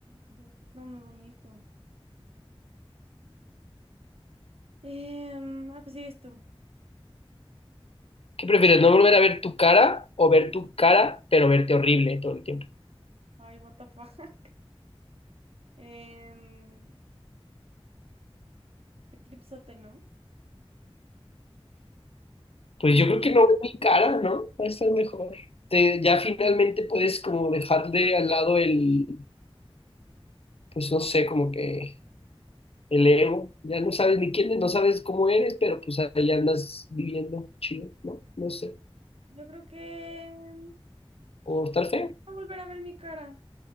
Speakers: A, on the right; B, on the left.
A: no no me vomito. Em, ah, pues sigues tú.
B: ¿Qué prefieres, no volver a ver tu cara o ver tu cara, pero verte horrible todo el tiempo?
A: Ay, what the fuck. <laughs> Em, qué tripsote, ¿no?
B: Pues
A: Mm,
B: yo creo que no ver mi cara, ¿no? Va a estar mejor. Te- ya finalmente puedes como dejar de al lado el, pues no sé, como que el ego, ya no sabes ni quién, eres, no sabes cómo eres, pero pues ahí andas viviendo chido, ¿no? No sé,
A: Yo creo que em,
B: o estar feo.
A: voy a volver a ver mi cara,